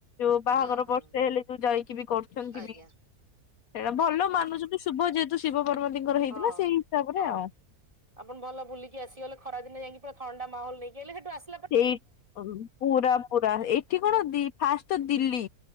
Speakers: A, on the left; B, on the right.
A: ଯୋଉ ବାହାଘର
B: ହଁ ହଁ
A: ବର୍ଷେ ହେଲେ ଯୋଉ ଯାଇକି ବି କରୁଛନ୍ତି
B: ଆଜ୍ଞା
A: ବି ସେଇଟା ଭଲ
B: ଆଜ୍ଞା
A: ମାନୁଛନ୍ତି ଶୁଭ ଯେହେତୁ ଶିବ ପର୍ବତୀଙ୍କର ହେଇଥିଲା
B: ହଁ
A: ସେଇ ହିସାବରେ
B: ହଁ
A: ଆଉ।
B: ଆପଣ ଭଲ ବୁଲି ଆସିଗଲେ ଖରା ଦିନ ଯାଇକି ପୁର ଥଣ୍ଡା ମାହଲ ନେଇକିଲେ ସେଠୁ ଆସ
A: ସେଇ ପୁରା ପୁରା ଏଇଠି କଣ ଦ ଫାଷ୍ଟ ତ ଦିଲ୍ଲୀ